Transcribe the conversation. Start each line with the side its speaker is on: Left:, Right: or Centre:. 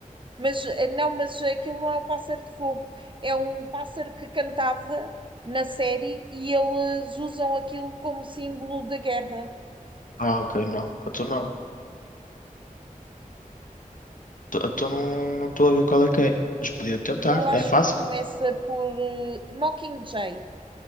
Right: Mas eh, não, mas aquilo não é o pássaro de fogo. É um pássaro que cantava na série e eles usam aquilo como símbolo da guerra.
Left: Ah, ok, não, eu não. Tô- Eu não não estou a ver qual é que é, mas podia tentar,
Right: Eu acho
Left: é fácil.
Right: que começa por eh, Mockingjay.